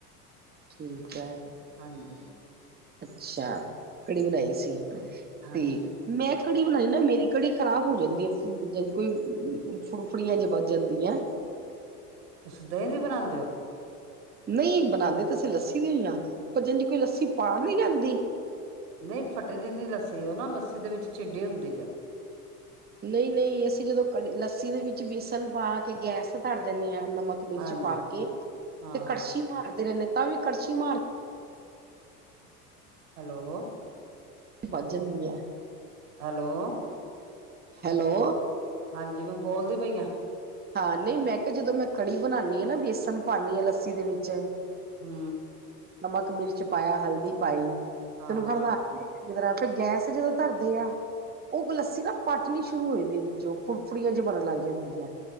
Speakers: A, on the right; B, on the right.
A: ਠੀਕ ਹੈ।
B: ਹਾਂਜੀ
A: ਅੱਛਾ। ਕੜੀ ਬਣਾਈ ਸੀ।
B: ਹਾਂਜੀ
A: ਤੇ ਮੈਂ ਕੜੀ ਬਣਾਈ ਨਾ ਮੇਰੀ ਕੜੀ ਖਰਾਬ ਹੋ ਜਾਂਦੀਏ। ਸੀ ਜਦ ਕੋਈ ਫੁੜਫੁੜੀਆਂ ਜੀ ਬੱਜ ਜਾਂਦੀਆਂ
B: ਤੁਸੀਂ ਦਹੀਂ ਦੀ ਬਣਾਉਂਦੇ ਹੋ?
A: ਨਹੀਂ ਬਣਾਉਂਦੇ ਤਾਂ, ਅਸੀਂ ਲੱਸੀ ਉਹੀਆਂ ਪਰ ਜਿੰਜ ਕੋਈ ਲੱਸੀ ਪਾੜ ਨਹੀਂ ਜਾਂਦੀ।
B: ਨਹੀਂ ਫਟਦੀ ਨਹੀਂ ਲੱਸੀ, ਉਹ ਨਾ ਲੱਸੀ ਦੇ ਵਿੱਚ ਛਿੱਡੀ ਹੁੰਦੀ ਜੇ
A: ਨਹੀਂ, ਨਹੀਂ ਅਸੀਂ ਜਦੋਂ ਕੜੀ, ਲੱਸੀ ਦੇ ਵਿੱਚ ਵੇ ਸਣ ਪਾ ਕੇ ਗੈਸ ਧਰ ਦਿੰਦੇ ਆਂ। ਨਮਕ ਮਿਰਚ
B: ਹਾਂਜੀ
A: ਪਾ ਕੇ
B: ਹਾਂ
A: ਤੇ ਕੜਛੀ ਮਾਰਦੇ ਰਹਿੰਦੇ ਤਾਂ ਵੀ ਕੜਛੀ ਮਾਰ
B: ਹੈਲੋ,
A: ਵੱਧ ਜਾਂਦੀਆਂ।
B: ਹੈਲੋ,
A: ਹੈਲੋ,
B: ਹਾਂਜੀ, ਮੈਂ ਬੋਲਦੀ ਪਈ ਹਾਂ।
A: ਹਾਂ, ਨਹੀਂ ਮੈਂ ਕੇ ਜਦੋਂ ਮੈਂ ਕੜੀ ਬਣਨੀਆਂ ਆ ਨਾ ਵੇਸਣ ਪਾਣੀਆਂ ਲੱਸੀ ਦੇ ਵਿੱਚ
B: ਹੂੰ
A: ਨਮਕ, ਮਿਰਚ ਪਾਇਆ, ਹਲਦੀ ਪਾਈ।
B: ਹਾਂ
A: ਤੈਨੂੰ
B: ਹਾਂ
A: ਹਰਲਾ ਕੇ ਜਿਸ ਤਰ੍ਹਾਂ ਫਿਰ ਗੈਸ ਤੇ ਜਦੋਂ ਧਰਦੇ ਆ ।ਉਹ ਲੱਸੀ ਨਾ ਪਾਟਣੀ ਸ਼ੁਰੂ ਹੋ ਜਾਂਦੀ ਵਿੱਚੋਂ ਫੁਰ ਫੁਫੜੀਆਂ ਜੀ ਬਣਨ ਲੱਗ ਜਾਂਦੀਆਂ।